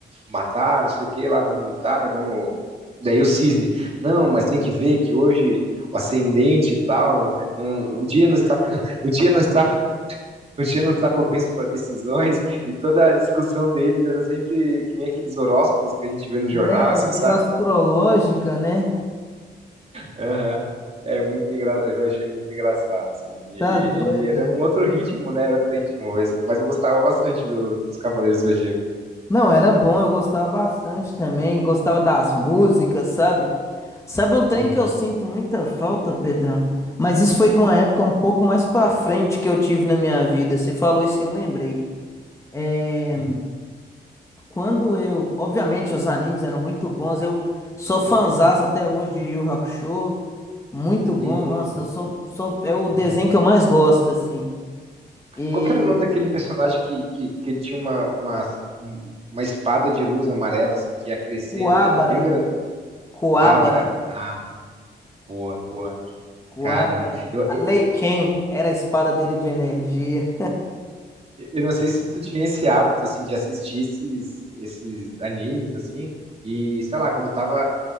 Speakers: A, on the right (about 35°); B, on the left (about 15°).
A: matar, não sei o que lá, vamos lutar, né? Vamos. Daí o cisne, não, mas tem que ver que hoje o ascendente e tal, não, o dia não está, <laughs> o dia não está, <laughs> o dia não está propenso para decisões e toda a discussão deles era sempre que nem aqueles horóscopos que a gente vê no jornal,
B: É
A: assim,
B: meio
A: sabe?
B: astrológica, né?
A: Aham. É muito engra... Eu achei muito engraçado, assim. E, e-
B: Tá doido.
A: e era um outro ritmo, né? Outro ritmo. Mas, mas eu gostava bastante do- dos Cavaleiros do Zodíaco.
B: Não, era bom, eu gostava bastante também, gostava das músicas, sabe? Sabe um trem
A: Uhum,
B: que eu sinto muita falta, Pedrão? Mas isso foi de uma época um pouco mais pra frente que eu tive na minha vida. Você falou isso, e eu lembrei. É,
A: uhum.
B: Quando eu. Obviamente, os animes eram muito bons. Eu sou fãzaço até hoje de Yu Yu Hakusho. Muito bom,
A: Hum,
B: nossa, eu sou, sou. É o desenho
A: uhum.
B: que eu mais gosto, assim. E.
A: Qual que era o nome daquele personagem que, que, que ele tinha uma, uma, uma espada de luz amarela, assim, que ia crescendo?
B: Kuwabara.
A: Ele era bem grandão.
B: Coabra,
A: Abra. Ah, boa, boa.
B: Coabra.
A: Caramba. Eu,
B: A Lei Ken era a espada dele de energia.
A: Eu não sei se tu tinha esse hábito, assim, de assistir esses, esses animes, assim, e, sei lá, quando eu tava